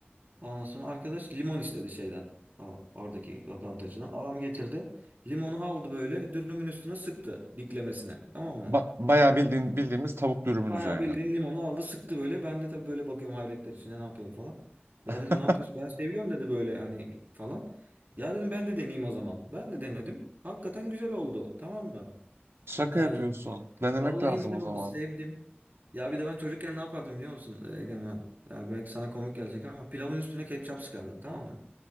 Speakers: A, on the right; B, on the right.
A: Ondan sonra arkadaş limon istedi şeyden. o- Oradaki lokantacıdan. Adam getirdi. Limonu aldı böyle dürümün üstüne sıktı diklemesine. Tamam mı?
B: Ba bayağı bildiğin, bildiğimiz tavuk dürümün
A: Bayağı
B: üzerine.
A: bildiğin limonu aldı sıktı böyle. Ben de tabii böyle bakıyorum hayretler içinde ne yapıyor falan. Ya
B: <laughs>
A: dedim ne yapıyorsun? Ben seviyorum dedi böyle hani falan. Ya dedim ben de deneyeyim o zaman. Ben de denedim. Hakikaten güzel oldu. Tamam mı?
B: Şaka
A: Yani
B: yapıyorsun. Denemek
A: Vallahi
B: lazım
A: güzel
B: o
A: oldu.
B: zaman.
A: Sevdim. Ya bir de ben çocukken ne yapardım biliyor musun e, Egemen? Ya belki sana komik gelecek ama pilavın üstüne ketçap sıkardım tamam mı?